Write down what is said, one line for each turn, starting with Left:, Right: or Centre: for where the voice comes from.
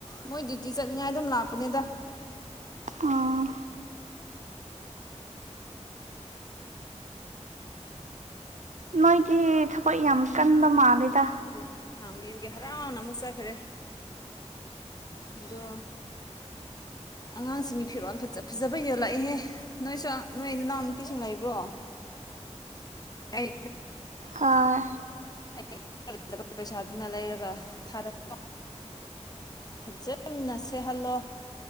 Left: ꯃꯣꯏ ꯗ꯭ꯌꯨꯇꯤ ꯆꯠꯅꯤꯡꯉꯥꯏ ꯑꯗꯨꯝ ꯂꯥꯛꯄꯅꯦꯗ
Right: ꯑꯥ ꯅꯣꯏꯗꯤ ꯊꯕꯛ ꯌꯥꯝ ꯀꯟꯕ ꯃꯥꯜꯂꯦꯗ
Left: ꯑꯗꯨ ꯍꯥꯡꯕꯤꯕꯒꯤ ꯍꯔꯥꯎꯅ ꯑꯃꯨꯛ ꯆꯠꯈ꯭ꯔꯦ ꯑꯗ ꯑꯉꯥꯡꯁꯤꯡꯒꯤ ꯐꯤꯔꯣꯜ ꯐꯖ ꯐꯖꯕ ꯌꯣꯜꯂꯛꯑꯦꯍꯦ ꯅꯣꯏꯁꯨ ꯅꯣꯏ ꯅꯅꯥꯎ ꯅꯨꯄꯤꯁꯨ ꯂꯩꯕ꯭ꯔꯣ ꯑꯩ
Right: ꯑꯥ
Left: ꯑꯩ ꯄꯩꯁꯥꯗꯨꯅ ꯂꯩꯔꯒ ꯊꯥꯔꯛ ꯐꯖꯅ ꯁꯦꯠꯍꯜꯂꯣ